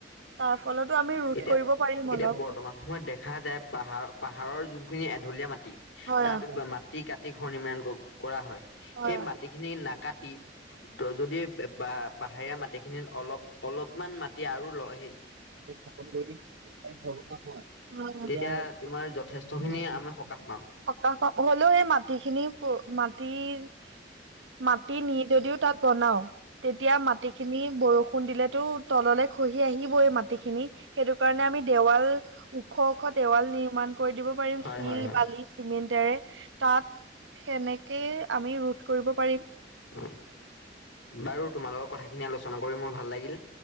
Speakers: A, on the right (about 80°); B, on the left (about 80°).
A: তাৰ ফলতো আমি ৰোধ
B: এতিয়া-এতিয়া
A: কৰিব পাৰিম অলপ
B: বৰ্তমান সময়ত দেখা যায়। পাহাৰ-পাহাৰৰ যোনখিনি এঢলীয়া মাটি
A: হয়
B: তাত
A: অ
B: মাটি কাটি ঘৰ নিৰ্মাণ কৰা হয়।
A: হয়
B: সেই মাটিখিনি না কাটি ত যদি পাহাৰীয়া মাটিখিনিত অলপ অলপমান মাটি আৰু লৈ সেই
A: তাতে স্থাপন কৰি যদি তাত ঘৰ বনোৱা হয়
B: তেতিয়া
A: অ
B: তোমাৰ
A: তেতিয়া
B: যথেষ্টখিনি
A: তোমাৰ যথেষ্ট
B: আমি সকাহ
A: খিনি
B: পাম।
A: আমি সকাহ পাম সকাহ পাব হলেও সেই মাটিখিনি মাটিৰ মাটি নি যদিও তাত বনাও তেতিয়া মাটিখিনি বৰষুণ দিলেতো তললে খহি আহিব এই মাটিখিনি সেইটো কাৰণে আমি দেৱাল ওখ ওখ দেৱাল নিৰ্মাণ কৰি দিব পাৰিম
B: হয়
A: শিল
B: হয় হয়
A: বালি চিমেণ্টেৰে তাত সেনেকে আমি ৰোধ কৰিব প ৰিম
B: হয়। বাৰু তোমাল লগৰ কথাখিনি আলোচনা কৰি মোৰ ভাল লাগিল।